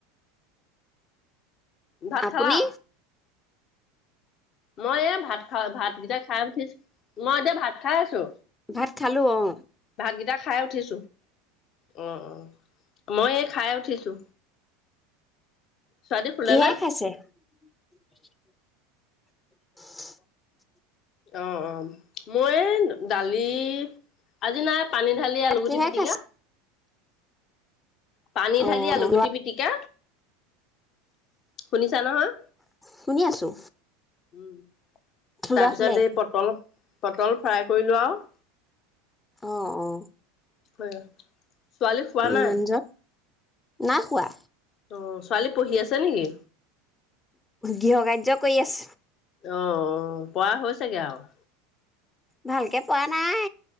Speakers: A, on the left; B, on the left.
A: ভাত
B: আপুনি?
A: খালা? মই এ ভাত খা ভাতকেইটা খাই উঠিছো, মই এতিয়া ভাত খাই আছো।
B: ভাত খালোঁ অঁ।
A: ভাতকেইটা খাই উঠিছো। অঁ, অঁ, মই এই খাই উঠিছো। ছোৱালী শুলে
B: কিহেৰে
A: নে?
B: খাইছে? <inaudible> <inaudible>
A: অঁ অ' মই এই দালি, আজি নাই পানী ঢালি
B: ভাত
A: আলুগুটি
B: কিহে
A: পিটিকা।
B: খাইছে?
A: পানী
B: অ',
A: ঢালি আলুগুটি
B: ল'ৰা
A: পিটিকা। শুনিছা নহয়,
B: শুনি আছো,
A: উম।
B: ল'ৰা
A: তাৰ পিছত
B: শুলে?
A: এই পটল পটল ফ্ৰাই কৰিলো আৰু।
B: অঁ, অ।
A: <unintelligible> ছোৱালী শোৱা নাই।
B: মানুহজন? নাই শোৱা।
A: অঁ, ছোৱালী পঢ়ি আছে নেকি?
B: গৃহ কাৰ্য কৰি আছ
A: অঁ, অঁ পৱা হৈছেগে আৰু।
B: ভালকে পৱা নাই,